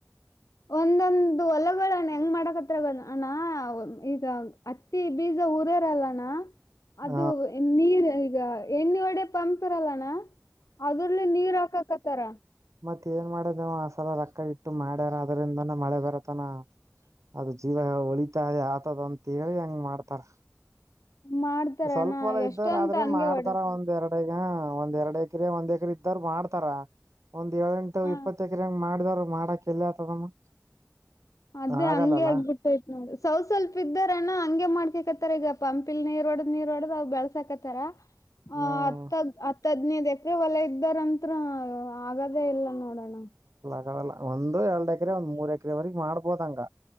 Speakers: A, on the left; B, on the right.
A: ಒಂದೊಂದು ಅದು ಹೊಲಗಗಳಣ್ಣ ಹೆಂಗ್ ಮಾಡಕತ್ರ ಅಣ್ಣ ಈಗ ಹತ್ತಿ ಬೀಜ ಉಊರರಲ್ಲಣ್ಣ ಅದು
B: ಹ
A: ನೀರ್ ಈಗ ಎಣ್ಣೆ ಒಡೆ ಪಂಪ್ರಲ್ಲನಾ ಅದ್ರಲ್ಲಿ ನೀರ್ ಹಾಕಕತ್ತಾರ
B: ಮತ್ ಏನ್ ಮಾಡದ ನೀವ್ ಆಸಲ ರೊಕ್ಕ ಇಟ್ಟು ಮಾಡ್ಯಾರ ಅದ್ರಿಂದಾನ ಮಳೆ ಬರತನ ಅದು ಜೀವ ಹೊಳಿತಾರೆ ಆತದ ಅಂತೇಳಿ ಹೆಂಗ ಮಾಡ್ತಾರ
A: ಮಾಡ್ತಾರಣ್ಣ
B: ಸ್ವಲ್ಪ ಹೊಲ
A: ಎಷ್ಟ
B: ಇದ್ದವ್ರ
A: ಅಂತ
B: ಆದ್ರೆ
A: ಹಂಗೆ
B: ಮಾಡ್ತಾರ
A: ಹೊಡಕ
B: ಒಂದ್ ಎರಡ ಐದು ಹ ಒಂದ್ ಎರಡ್ ಎಕರೆ ಒಂದ್ ಎಏಕರೆ ಇದ್ದ್ರರು ಮಾಡ್ತಾರ ಒಂದ್ ಏಳೆಂಟು
A: ಹ
B: ಇಪ್ಪತ್ತ ಎಕರೆ ಹೆಂಗ್ ಮಾಡಿದವ್ ಮಾಡಕ್ ಎಲ್ಲ ಆತದಮ್ಮ
A: ಅದೇ
B: ಆಗಲ್ಲಲ್ಲ
A: ಹಂಗೆ ಆಗ್ಬಿಟ್ಟೈತ್ ನೋಡ್ರ ಸವ ಸ್ವಲ್ಪ ಇದ್ದಾರಣ್ಣ ಹಂಗೆ ಮಾಡ್ ಕತ್ತ ಈಗ ಪಂಪ್ಿಲ್ ನೀರ್ ಒಡದ್ ನೀರ್ ಒಡದು್ ಬೆಳಸಾಕತ್ತಾರ
B: ಹ್ಮ್
A: ಅ್ ಹತ್ತ ಹತ್ತದ ಹದ್ನೈದ್ ಎಕ್ರ ಹೊಲ ಇದ್ದಾರಂತ್ರ ಆಗದೇ ಇಲ್ಲ ನೋಡೋಣ
B: ಲ್ಲ ಒಂದು ಎರಡ್ ಎಕರೆ ಒಂದ್ ಮೂರ್ ಎಕರೆವರೆಗ್ ಮಾಡ್ಬೋದಂಗ